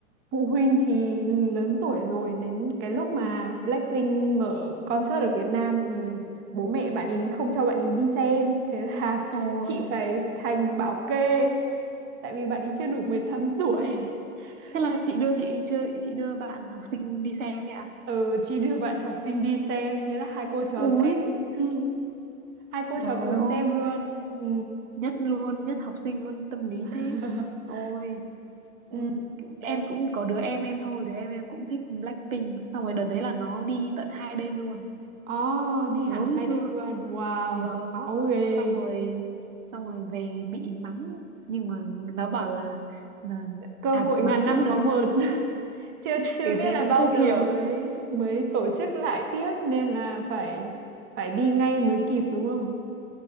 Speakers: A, on the right; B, on the right.
A: phụ huynh thì lớn tuổi rồi đến cái lúc mà Blackpink mở concert ở Việt Nam thì bố mẹ bạn ấy không cho bạn ấy đi xem thế là <laughs>
B: ôi
A: chị phải thành bảo kê tại vì bạn ấy chưa đủ 18 tuổi
B: thế là
A: <laughs>
B: chị đưa chị chưa chị đưa bạn học sinh đi xem ấy ạ
A: ừ chị đưa bạn học sinh đi xem thế là hai cô trò
B: ui
A: xem <laughs> Ừ, hai cô
B: trời
A: trò cùng
B: ơi
A: xem luôn ừ.
B: nhất luôn nhất học sinh luôn tâm lý
A: <laughs>
B: thế ôi
A: ừ.
B: ừ, em
A: đấy
B: cũng có đứa em em thôi đứa em em cũng thích Blackpink xong rồi đợt đấy là nó đi tận hai đêm luôn
A: oh, đi
B: ngưỡng
A: hẳn hai đêm
B: chưa
A: luôn wow
B: vâng
A: máu ghê
B: xong rồi xong rồi về bị mắng nhưng mà nó bảo là, là
A: cơ
B: à
A: hội
B: bị mắng
A: ngàn năm
B: cũng được
A: có một <laughs> chưa chưa
B: thì
A: biết
B: thế
A: là
B: mới
A: bao
B: không
A: giờ
B: hiểu
A: mới mới tổ chức lại tiếp nên là phải phải đi ngay mới kịp đúng không